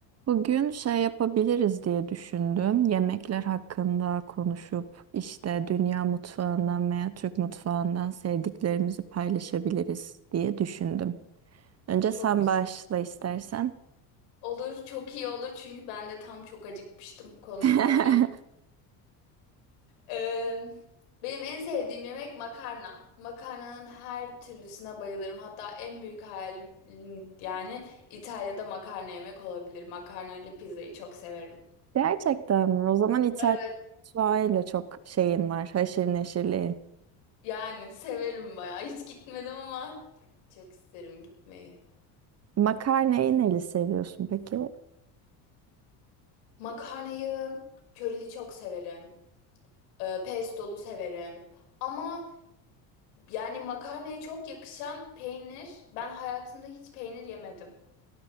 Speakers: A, on the right; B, on the left.
A: Bugün şey yapabiliriz diye düşündüm. Yemekler hakkında konuşup işte dünya mutfağından veya Türk mutfağından sevdiklerimizi paylaşabiliriz diye düşündüm. Önce
B: Çok
A: sen
B: güzel
A: başla istersen.
B: olur, çok iyi olur çünkü ben de tam çok acıkmıştım. Konuşmak
A: <laughs>
B: iyi. Ee, benim en sevdiğim yemek makarna. Makarnanın her türlüsüne bayılırım. Hatta en büyük hayalim yani İtalya'da makarna yemek olabilir. Makarna ile pizzayı çok severim.
A: Gerçekten mi? O zaman İtalyan
B: Evet.
A: mutfağıyla çok şeyin var, haşır neşirliğin.
B: Yani severim bayağı. Hiç gitmedim ama çok isterim gitmeyi.
A: Makarnayı neli seviyorsun peki?
B: Makarnayı körili çok severim. Ee, pestolu severim. Ama Yani makarnaya çok yakışan peynir. Ben hayatımda hiç peynir yemedim.